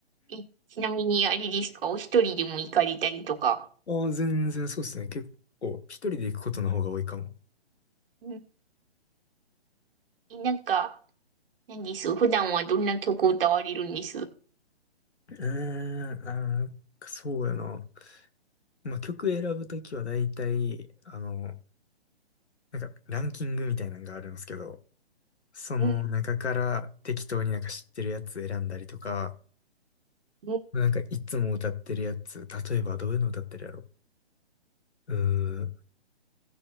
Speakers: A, on the right; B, on the left.
A: え、ちなみにあれですかお一人でも行かれたりとか。
B: ああ、全然そうですね。結構、一人で行くことの方が多いかも。
A: うんえ、なんか、何です普段はどんな曲を歌われるんです
B: うーん、あー、そうやな。まあ、曲選ぶときは大体、あの、なんかランキングみたいなのがあるんですけど、その中から適当になんか知ってるやつ選んだりとか、
A: うん、うん。
B: なんかいつも歌ってるやつ、例えばどういうの歌ってるやろ。うーん、